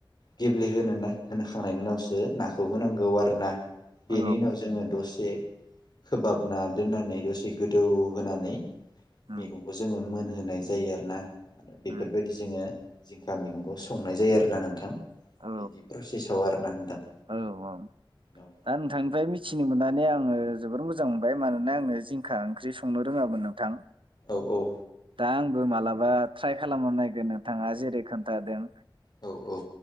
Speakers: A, on the left; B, on the right.
A: गेब्लेहोनो ना होनोखांनायनि उनावसो ओ नाखौ होनांगौ आरो ना।
B: औ
A: बेनि उनाव जोङो दसे खोबहाबना दोननानै दसे गोदौ होनानै
B: उम
A: मैगंखौ जोङो मोनहो होनाय जायो आरोना। आरो बेफोरबायदि
B: उम
A: जोङो जिंखा मैगंखौ संनाय जायो आरो ना नोंथां।
B: औ
A: बिदि प्रसेसआव आरोना नोंथां।
B: औ औ
A: औ
B: दा नोंथांनिफ्राय मिथिनो मोननानै आं आङो जोबोर मोजां मोनबाय मानोना आङो जिंखा ओंख्रि संनो रोङामोन नोंथां।
A: औ औ।
B: दा आंबो मालाबा ट्राइ खालामनो नायगोन नोंथाङा जेरै खोन्थादों।
A: औ औ